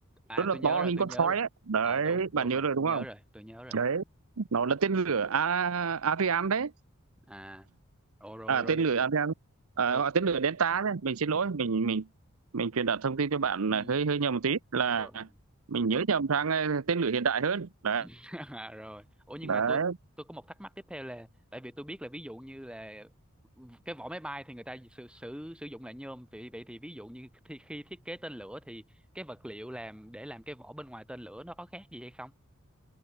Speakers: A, in the centre; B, on the right.
A: à
B: rất là
A: tôi nhớ
B: to
A: rồi
B: hình
A: tôi
B: con
A: nhớ
B: sói
A: rồi
B: ấy đấy
A: à đúng đúng
B: bạn nhớ
A: rồi
B: rồi
A: tôi
B: đúng
A: nhớ
B: không
A: rồi tôi nhớ rồi
B: đấy nó là tên lửa A- Ariane đấy
A: à ồ, rồi
B: à
A: rồi
B: tên lửa Ariane à,
A: rồi
B: hoặc tên lửa Delta đấy mình xin lỗi mình mình mình truyền đạt thông tin cho bạn
A: ừ,
B: là hơi hơi nhầm một tí là
A: rồi
B: mình nhớ nhầm sang ờ, tên lửa hiện đại hơn đấy
A: <laughs> à, rồi ủa nhưng
B: đấy
A: mà tôi tôi có một thắc mắc tiếp theo là tại vì tôi biết là ví dụ như là cái vỏ máy bay thì người ta sử sử sử dụng là nhôm vậy vậy thì ví dụ như thì khi thiết kế tên lửa thì cái vật liệu làm để làm cái vỏ bên ngoài tên lửa nó có khác gì hay không